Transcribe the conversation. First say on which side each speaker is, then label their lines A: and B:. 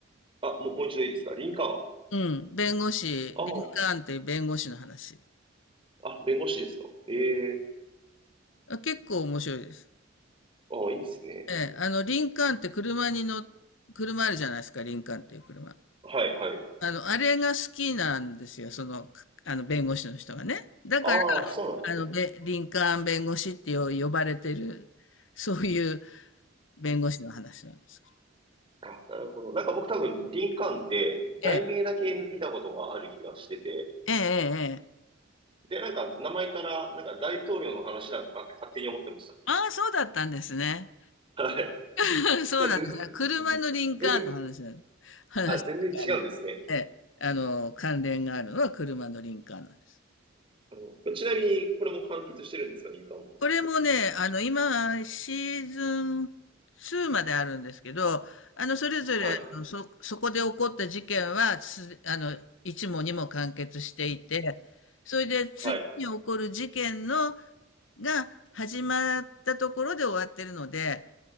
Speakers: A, on the right; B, on the left.
A: あ、もう、もう一度いいですかリンカーン。
B: うん、弁護士、
A: ああ、
B: リンカーンっていう弁護士の話。
A: あ、弁護士ですか。ええ
B: あ結構面白いです。
A: ああ、いいですね。
B: ええ、あの、リンカーンって車に乗っ、車あるじゃないですか、リンカーンっていう車。
A: はい、はい。
B: あの、あれが好きなんですよ、その、あの、弁護士の人がね。だから、
A: ああ、そうなんですね。
B: あの、べ、リンカーン弁護士ってよ呼ばれてる、そういう弁護士の話なんですけど。
A: あ、なるほど。なんか僕多分、リンカーンって、題名だけ見たことがある気がしてて、
B: ええ、ええ、ええ。
A: で、なんか、名前から、なんか大統領の話なんかなって勝手に思ってました。
B: ああ、そうだったんですね。
A: <laughs> はい。
B: <laughs> そうなんです。
A: じゃあ、全然、
B: 車のリンカーンの話なの。
A: 全然、
B: 話、
A: あ、全然違うんですね。
B: あの、ええ、あの、関連があるのは車のリンカーンなんです。
A: うんちなみに、これも完結してるんですか、リンカーンも。
B: これもね、あの、今、シーズン2まであるんですけど、あの、それぞれ、
A: はい、
B: あの、そ、そこで起こった事件は、す、あの、1もにも完結していて、それで次に起こる事件の、
A: はい、
B: が始まったところで終わってるので、